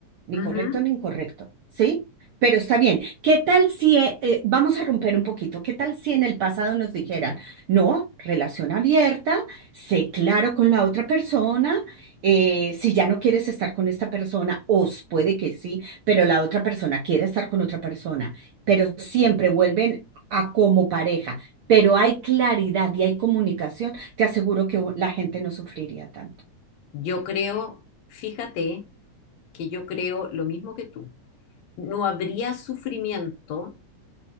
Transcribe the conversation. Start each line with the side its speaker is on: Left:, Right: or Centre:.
Right: ni
Left: ujú,
Right: correcto ni incorrecto, ¿sí? Pero está bien. ¿Qué tal si, eh, eh, vamos a romper un poquito, qué tal si en el pasado nos dijeran, no, relación abierta, sé claro con la otra persona, eh, si ya no quieres estar con esta persona, os puede que sí, pero la otra persona quiere estar con otra persona, pero siempre vuelven a como pareja, pero hay claridad y hay comunicación te aseguro que la gente no sufriría tanto.
Left: yo creo, fíjate que yo creo lo mismo que tú. No habría sufrimiento